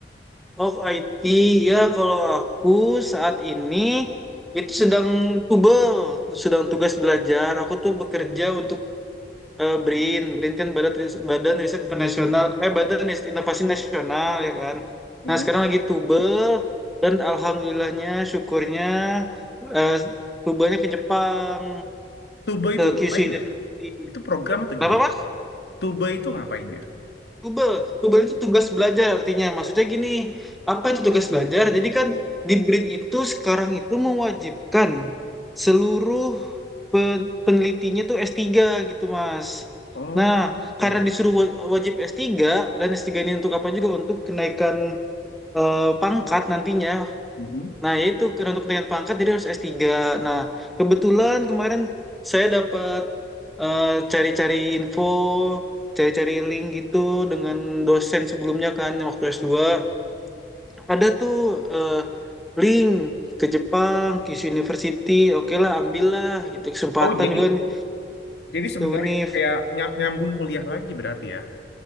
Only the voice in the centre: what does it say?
of IT. Ya, kalau aku saat ini itu sedang tubel, sedang tugas belajar. Aku tuh bekerja untuk eh, BRIN, BRIN kan Badan Riset, Badan Riset Internasional, eh Badan Riset Inovasi Nasional ya kan.
Nah sekarang lagi tubel dan alhamdulillahnya syukurnya eh, tubelnya ke Jepang
ke
Kyushu University.
Kenapa
Mas?
Google, Google itu tugas belajar artinya. Maksudnya gini, apa itu tugas belajar? Jadi kan di BRIN itu sekarang itu mewajibkan seluruh pe- penelitinya tuh s tiga gitu, Mas.
Nah,
karena disuruh wa- wajib s tiga dan s tiga ini untuk apa juga? Untuk kenaikan eh, pangkat nantinya
Nah, yaitu karena untuk kenaikan pangkat jadi harus s tiga Nah, kebetulan kemarin saya dapat eh, cari-cari info, cari-cari link gitu dengan dosen sebelumnya kan yang waktu s dua Ada tuh eh, link ke Jepang, Kyushu University. Oke lah, ambillah gitu kesempatan
juga nih
ke UNIF.